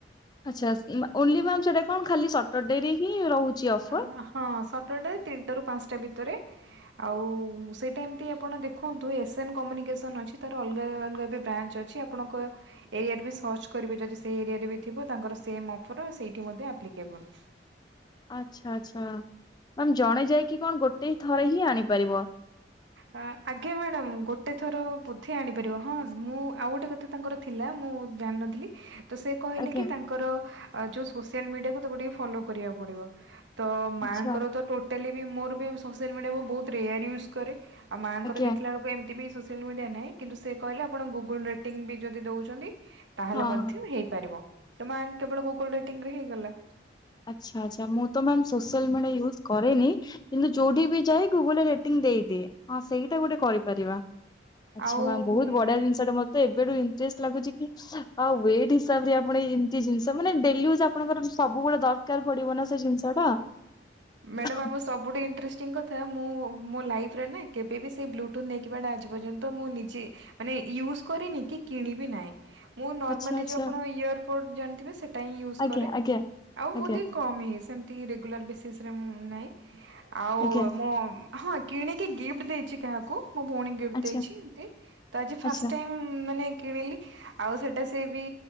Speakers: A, on the left; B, on the right.
A: ଆଚ୍ଛା ଓନ୍ଲି ମାମ୍ ସେଟା କଣ ଖାଲି ସଟରଡେରେହିଁ ରହୁଚି ଅଫର୍?
B: ଆ ହଁ ସଟରଡେ ତିନଟା ରୁ ପାଞ୍ଚଟା ଭିତରେ ଆଉ ଉ ଉ ସେଇଟା ଏମତି ଆପଣ ଦେଖନ୍ତୁ ଏସ ଏନ୍ କମ୍ୟୁନିକେସନ ଅଛି ତାର ଅଲଗା ଅଲଗା ଏବେ ବ୍ରାଞ୍ଚ ଅଛି ଆ ପଣଙ୍କ ଏ ଏରିଆରେ ବି ସର୍ଚ କରିବେ ଯଦି ସେ ଏରିଆରେ ବି ଥିବ ତାଙ୍କର ସେମ୍ ଅଫର ସେଇଠି ମଧ୍ୟ ଆପ୍ଲି କେବୁଲ୍।
A: ଆଚ୍ଛା ଆଚ୍ଛା ମାମ୍ ଜଣେ ଯାଇକି କଣ ଗୋଟେ ହି ଥରେ ହିଁ ଆଣିପାରିବ?
B: ଆ ଆଜ୍ଞା ମ୍ୟାଡାମ୍ ଗୋଟେ ଥର ବୋଧେ ଆଣିପାରିବ ହଁ ମୁଁ ଆଉ ଗୋଟେ କଥା ତ ତାଙ୍କର ଥିଲା ମୁଁ ଜାଣିନଥିଲି। ତ ସେ କହିଲେ
A: ଆଜ୍ଞା
B: କି ତାଙ୍କର ଯୋଉ ସୋସିଆଲ ମିଡିଆକୁ ତାକୁ ଟିକେ ଫଲୋ କରିବାକୁ ପଡ଼ିବ। ତ ମାଆଙ୍କର
A: ଆଚ୍ଛା
B: ତ ଟୋଟାଲେ ବି ମୋର ବି ସୋସିଆଲ ମିଡିଆ ବହୁ ବହୁତ ରେୟାର ୟୁଜ କରେ ଆଉ ମାଆଙ୍କର
A: ଆଜ୍ଞା
B: ଦେଖିଲା ବଳକୁ ଏମତି ବି ସୋସିଆଲ ମିଡିଆ ନାହିଁ, କିନ୍ତୁ ସେ କହିଲେ ଆପଣ ଗୁଗଲ ରେଟିଂ ବି ଯଦି ଦଉଛନ୍ତି ତାହେଲେ
A: ହଁ
B: ମଧ୍ୟ
A: ହଁ
B: ହେଇପାରିବ, ତ ମାନ କେବଳ ଗୁଗଲ ରେଟିଙ୍ଗ୍ ରେ ହେଇଗଲା।
A: ଆଚ୍ଛା ଆଚ୍ଛା ମୁଁ ତ ମ୍ୟାମ୍ ସୋସିଆଲ ମିଡିଆ ୟୁଜ୍ କରେନି। କିନ୍ତୁ ଯୋଉଠି ବି ଯାଏ ଗୁଗୁଲରେ ରେଟିଙ୍ଗ ଦେଇଦିଏ। <unintelligible> ଆଚ୍ଛା
B: ଆଉ
A: ମ୍ୟାମ ବହୁତ ବଢିଆ ଜିନିଷ ଟା, ମତେ ଏବେଠୁ ଇଣ୍ଟରେଷ୍ଟ ଲାଗୁଛି କି ଆଉ ୱେଟ୍ ହିସାବରେ ଆପଣ ଏମିତି ଜିନିଷ ମାନେ ଡେଲି ୟୁଜ୍ ଆପଣଙ୍କର ସବୁବେଳେ ଦ କାର ପଡିବ ନା ସେ ଜିନିଷ ଟା।
B: ମ୍ୟାଡାମ
A: <unintelligible>
B: ଆମ ସବୁଠୁ ଇଣ୍ଟରେଷ୍ଟିଙ୍ଗ କଥା ମୁଁ ମୋ ଲାଇଫ୍ ରେ ନା କେବେବିି ସେଇ ବ୍ଲୁଟୁଥ୍ ନେଇକିବାଟା ଆଜି ପର୍ଯ୍ୟନ୍ତ, ମୁଁ ନିଜେ ମାନେ ୟୁଜ କରିନି କି କିଣିବି ନାହିଁ। ମୁଁ ନର୍ମାଲି
A: ଆଚ୍ଛା ଆଚ୍ଛା
B: ଯୋଉ ଆପଣ ଇୟରଫୋଡ଼ ଜାଣିଥିବେ ସେଇଟା ହିଁ ୟୁଜ୍
A: ଆଜ୍ଞା
B: କରେ।
A: ଆଜ୍ଞା
B: ଆଉ ବହୁତି
A: ଆଜ୍ଞା
B: କମ୍ ହିଁ ସେମିତି ରେଗୁଲାର ବେସିସ୍ ରେ ମୁଁ ନାହିଁ। ଆଉ
A: ଆଜ୍ଞା
B: ମୁ ହଁ କିଣିକି ଗିଫ୍ଟ ଦେଇଚି କାହାକୁ, ମୋ ଭଉଣୀ ଗିଫ୍ଟ
A: ଆଚ୍ଛା
B: ଦେଇଛି ଏମତି, ତ ଆଜି ଫାଷ୍ଟ
A: ଆଚ୍ଛା।
B: ଟାଇମ୍ ମାନେ କିଣିଲି, ଆଉ ସେଟା ସେ ବି